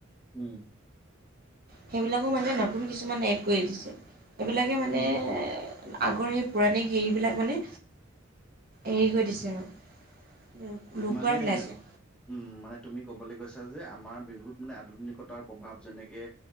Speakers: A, in the centre; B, on the right.
A: উম।
B: সেইবিলাকো মানে নতুন কিছুমান এড কৰি দিছে। এইবিলাকে মানে
A: উম উম
B: আগৰ সেই পৌৰাণিক হেৰিবিলাক মানে এৰি কৰি দিছে আৰু লুকুৱাই
A: মানে
B: পেলাইছে।
A: উম, মানে তুমি ক'বলৈ গৈছা যে আমাৰ বিহুত মানে আধুনিকতাৰ প্ৰভাৱ যেনেকে